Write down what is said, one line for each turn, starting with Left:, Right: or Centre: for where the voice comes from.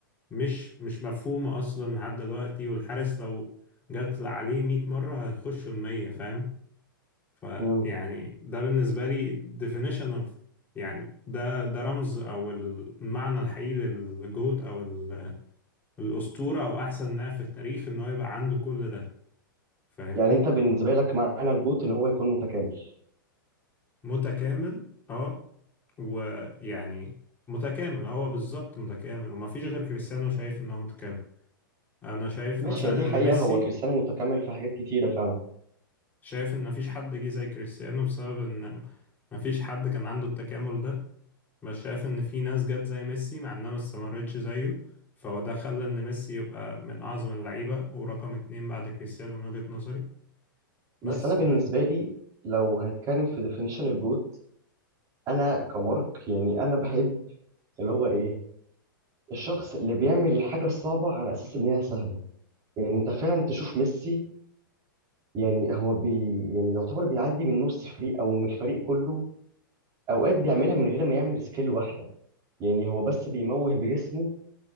Left: مش مش مفهومة أصلا لحد دلوقتي والحارس لو جت عليه 100 مرة هيخشوا المية فاهم فيعني
Right: امم
Left: ده بالنسبة لي definition of يعني ده ده رمز أو المعنى الحقيقي للجهد أو ال- الأسطورة أو أحسن لاعب في التاريخ إن هو يبقى عنده كل ده فاهمني
Right: يعني انت بالنسبة لك معنى الجوت ان هو يكون متكامل
Left: متكامل أه ويعني متكامل هو بالظبط متكامل ومفيش غير كريستيانو شايف إن هو متكامل أنا شايف
Right: ماشي
Left: مثلا
Right: هي دي
Left: إن
Right: حقيقة
Left: ميسي
Right: هو كريستيانو متكامل في حاجات كتيرة فعلا
Left: شايف ان مفيش حد جه زي كريستيانو بسبب ان مفيش حد كان عنده التكامل ده بس شايف ان في ناس جت زي ميسي مع انها ما استمرتش زيه فهو ده خلى ان ميسي يبقى من اعظم اللعيبة ورقم اتنين بعد كريستيانو من وجهة نظري بس
Right: بس انا بالنسبة
Left: ده
Right: لي لو هنتكلم في definition الجوت انا كمارك يعني انا بحب اللي هو ايه الشخص اللي بيعمل الحاجه الصعبه على اساس ان هي سهله يعني انت فعلا تشوف ميسي يعني هو بي يعني يعتبر بيعدي من نص فريق او من الفريق كله اوقات بيعملها من غير ما يعمل سكيل واحده يعني هو بس بيموه بجسمه